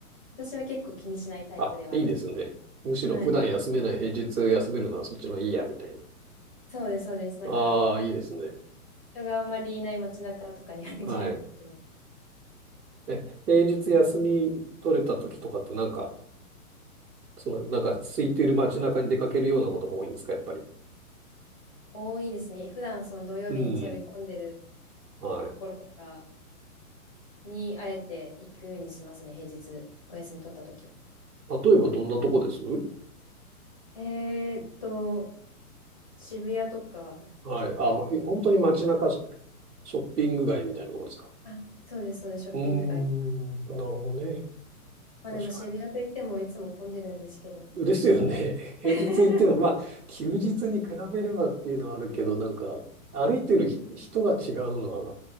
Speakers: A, on the left; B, on the right.
A: 私は結構気にしないタイプではありま
B: あ、いいですね。むしろ普段休めない平日休めるのはそっちのいいや、
A: す。はい。
B: みたいな。
A: そうです、そうです。なんか、
B: ああ、いいですね。
A: 人があんまりいない街中とかに歩けるので。
B: はい。え、平日休み取れた時とかってなんか、その、なんか空いてる街中に出かけるようなことが多いんですかやっぱり。
A: 多いですね。普段その土曜日、
B: うん。
A: 日曜日混んでる
B: はい。
A: ところとかに、あえて行くようにしますね、平日、お休み取った時は。
B: 例えばどんなとこです
A: えーっと、渋谷とか、
B: はい。あ、ま、本当に街中ショッピング街みたいなところですか。
A: あ、そうです、そうです、ショッピング街とか。
B: うーん、なるほどね。
A: まあでも渋谷といってもいつも混んでるんですけど。
B: 確かに。ですよね。<laughs> 平日行っても、
A: <laughs>
B: まあ、休日に比べればっていうのはあるけど、なんか、歩いてるひ人が違うのは